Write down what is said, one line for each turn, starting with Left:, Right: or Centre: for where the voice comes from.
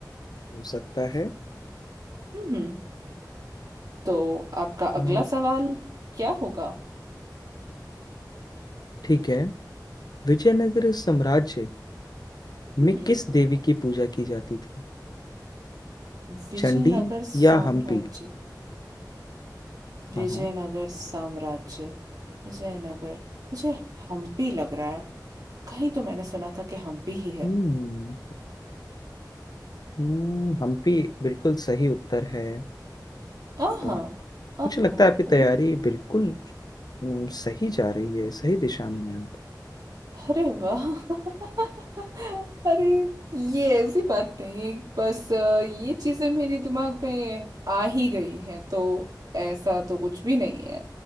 Left: हो सकता है
Right: हम्म तो आपका
Left: अ,
Right: अगला सवाल क्या होगा
Left: ठीक है विजयनगर साम्राज्य में
Right: हम्म
Left: किस देवी की पूजा की जाती थी
Right: विजयनगर
Left: चंडी
Right: साम्राज्य
Left: या हम्पी हाँ
Right: विजयनगर
Left: हाँ
Right: साम्राज्य विजयनगर मुझे हम्पी लग रहा है कहीं तो मैंने सुना था कि हम्पी ही है
Left: हम्म हम्म, हम्पी बिल्कुल सही उत्तर है
Right: आहा
Left: वाह
Right: आहा
Left: मुझे लगता है आपकी तैयारी
Right: ओ
Left: बिल्कुल हम्म, सही जा रही है सही दिशा में है आप
Right: अरे वाह <laughs> अरे ये ऐसी बात नहीं है बस अ, ये चीजें मेरे दिमाग में आ ही गई हैं तो ऐसा तो कुछ भी नहीं है